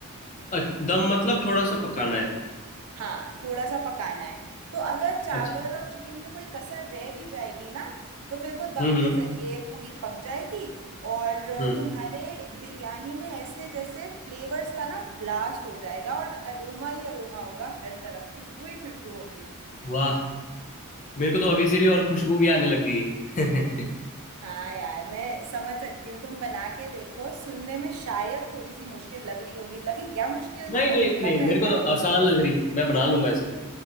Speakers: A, on the left; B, on the right.
A: अ- दम मतलब थोड़ा सा पकाना है
B: हाँ थोड़ा सा पकाना है तो अगर चावल
A: अच्छा
B: और चिकन में कोई कसर रह भी जाएगी ना तो फिर वो दम
A: हम्म हम्म
B: के जरिए पूरी पक जाएगी और
A: हम्म
B: तुम्हारे बिरयानी में ऐसे जैसे फ्लेवर्स का ना ब्लास्ट हो जाएगा और अरोमा ही अरोमा होगा हर तरफ खुशबू ही खुशबू होगी
A: वाह मेरे को तो अभी से भी और खुशबू भी आने लग गई है <laughs>
B: हाँ यार मैं समझ सकती हूँ तुम बना के देखो सुनने में शायद थोड़ी सी मुश्किल लग रही होगी लगी क्या मुश्किल
A: नहीं
B: मतलब
A: नहीं नहीं
B: लग रहा
A: मेरे
B: है क्या
A: को तो आसान लग रही है मैं बना लूंगा इसे